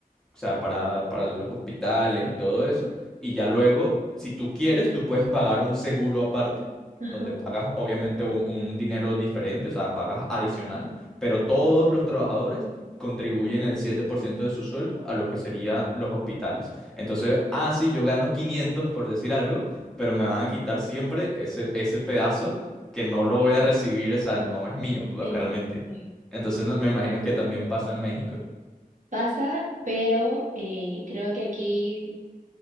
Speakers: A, in the centre; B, on the right.
A: o sea, para, para los hospitales y todo eso. Y ya luego, si tú quieres, tú puedes pagar un seguro aparte,
B: Ajá.
A: donde pagas obviamente un, un dinero diferente, o sea, pagas adicional, pero todos los trabajadores contribuyen el 7% de su sueldo a lo que serían los hospitales. Entonces, ah, sí, yo gano 500 por decir algo, pero me van a quitar siempre ese, ese pedazo que no lo voy a recibir, o sea, no es mío, pues,
B: Sí,
A: realmente.
B: sí, sí, sí.
A: Entonces, no- me imagino que también pasa en México.
B: Pasa, pero eh, creo que aquí,